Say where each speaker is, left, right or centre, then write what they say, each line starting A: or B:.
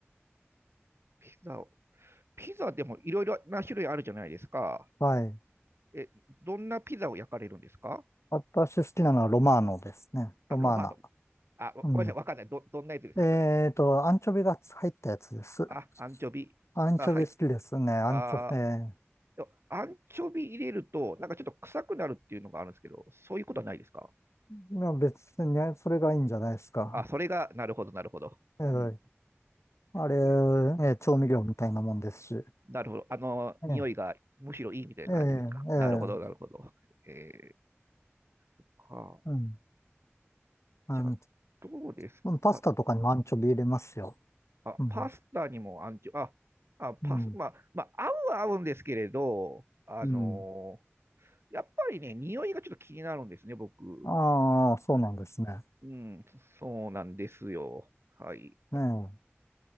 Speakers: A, on the right; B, on the left.
A: ピザを。ピザでもいろいろな種類あるじゃないですか。
B: はい。
A: え、どんなピザを焼かれるんですか
B: 私好きなのはロマーノですね。
A: あ、
B: ロマーナ。
A: ロマノ。あ、
B: うん。
A: ごめんなさい、わかんない。ど、どんなやつですか、
B: えっと、
A: それ。
B: アンチョビが入ったやつです。
A: あ、アンチョビ。
B: アンチョビ好きですね。
A: あ、はい。
B: アンチョ、
A: あー、
B: ええ、
A: でもアンチョビ入れると、なんかちょっと臭くなるっていうのがあるんですけど、そういうことはないですか
B: まあ別にね、それがいいんじゃないですか。
A: あ、それが、なるほど、なるほど。
B: ええ、
A: うん。
B: あれ、
A: え
B: ええ、調味料みたいなもんですし。
A: なるほど。あの、
B: ええ、
A: 匂いがむしろいいみたいな感じですか。
B: ええ、ええ、
A: なるほど、なるほど。えー、か。
B: うん。アン
A: じゃあ、どうですか
B: うんパスタとかにもアンチョビ入れますよ。
A: あ、
B: うん。
A: パスタにもアンチョ、あ、あ、パス、
B: うん。
A: まあ、まあ、合うは合うんですけれど、あのー
B: うん。
A: やっぱりね、匂いがちょっと気になるんですね、僕。
B: ああ、そうなんですね。
A: うん、そうなんですよ。はい。
B: ねえ。